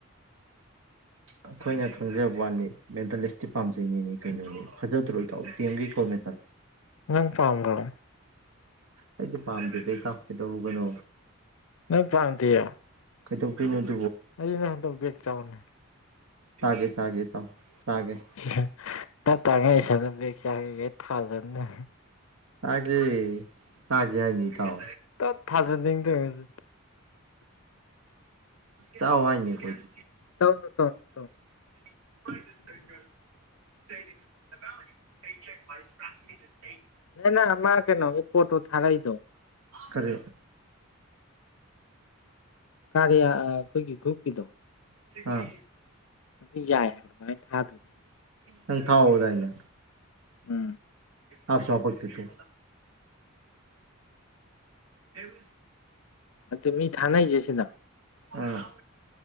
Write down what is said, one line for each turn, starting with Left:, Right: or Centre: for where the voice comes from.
Right: ꯑꯩꯈꯣꯏꯅ ꯈꯪꯖꯕ ꯋꯥꯅꯤ ꯃꯦꯗꯜꯂꯤꯁꯇꯤ ꯄꯥꯝꯖꯩꯅꯤ ꯃꯤ ꯀꯩꯅꯣꯅꯦ ꯐꯖꯗ꯭ꯔꯣ ꯏꯇꯥꯎ ꯗꯤ ꯑꯦꯝ ꯒꯤ ꯒꯣꯜ ꯃꯦꯗꯥ
Left: ꯅꯪ ꯄꯥꯝꯕꯔꯥ꯫
Right: ꯑꯩꯗꯤ ꯄꯥꯝꯗꯦꯗ ꯏꯇꯥꯎ ꯀꯩꯗꯧꯔꯨꯕꯅꯣ꯫
Left: ꯅꯪ ꯄꯥꯝꯗꯤꯌꯦ꯫
Right: ꯀꯩꯗꯧꯗꯩꯅꯣ ꯑ
Left: ꯑꯗꯨꯗꯤ ꯅꯪ ꯍꯟꯗꯛ ꯕꯦꯛ ꯆꯥꯎꯅꯦ꯫
Right: ꯆꯥꯒꯦ ꯆꯥꯒꯦ ꯏꯇꯥꯎ꯫ ꯆꯥꯒꯦ
Left: <unintelligible> ꯇꯞ ꯇꯥꯡꯒꯩ ꯏꯁꯜꯂ ꯕꯦꯛ ꯆꯥꯒꯦꯒꯩ ꯊꯥꯖꯟꯅꯦ꯫
Right: ꯆꯥꯒꯦ꯫ ꯆꯥꯒꯦ ꯍꯥꯏꯅꯤ ꯏꯇꯥꯎ
Left: ꯇꯠ ꯊꯥꯖꯟꯅꯤꯡꯗ꯭ꯔꯥ <unintelligible>
Right: ꯆꯥꯎ ꯍꯥꯏꯅꯤ ꯑꯈꯣꯢꯗꯤ꯫
Left: ꯇꯧꯔꯣ ꯇꯧꯔꯣ ꯇꯧꯔꯣ
Right: <inaudible>
Left: ꯅꯪꯅ ꯑꯃꯥ ꯀꯩꯅꯣꯒꯤ ꯄꯣꯠꯇꯣ ꯊꯔꯥꯏꯗꯣ
Right: ꯀꯔꯤ
Left: ꯀꯥꯔꯤ ꯑꯩꯈꯣꯏꯒꯤ ꯒ꯭ꯔꯨꯞꯀꯤꯗꯣ
Right: ꯑꯥ
Left: ꯑꯗꯨ ꯌꯥꯏ ꯍꯥꯏꯕ ꯑꯗꯨꯥꯏ ꯊꯥꯗꯣꯏꯅꯦ
Right: ꯅꯪ ꯊꯥꯎꯕꯗꯥꯏꯅ
Left: ꯎꯝ
Right: ꯑ ꯆꯣꯄꯛꯗ ꯇ ꯑꯦ
Left: ꯑ ꯃꯤ ꯊꯥꯥꯟꯥꯏꯖꯦꯁ ꯑꯁꯤꯅ
Right: ꯑ